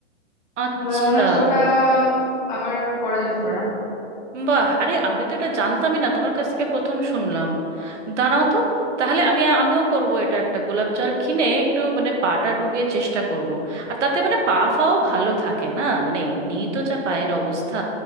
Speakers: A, on the right; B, on the left.
A: আচ্ছা
B: এবার মনে হচ্ছে ওটা আবার করা যেতে পারে
A: বাহ আরে আমি তো এটা জানতামই না তোমার কাছ থেকে প্রথম শুনলাম দাঁড়াও তো তাহলে আমি আমিও করব এটা একটা গোলাপ জল কিনে একটু মানে পাটা ডুবিয়ে চেষ্টা করব আর তাতে মানে পা ফাও ভালো থাকে না মানে এমনি তো যা পায়ের অবস্থা